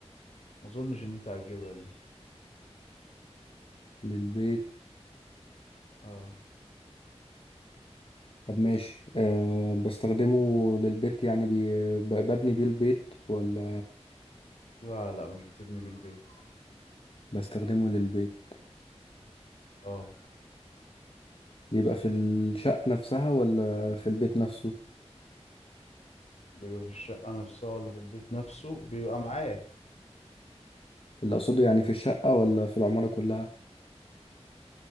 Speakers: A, on the left (about 75°); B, on the left (about 55°).
A: ما اظنش ان انت هتجيبها دي
B: للبيت
A: اه
B: طب ماشي آه بستخدمه للبيت يعني بي... ب- ببني بيه البيت ولا
A: لا لا مش بتبني بيه البيت
B: بستخدمه للبيت
A: اه
B: بيبقى في الشقة نفسها ولا في البيت نفسه
A: بيبقى في الشقة نفسها ولا في البيت نفسه بيبقى معاك
B: اللي أقصده يعني في الشقة ولا في العمارة كلها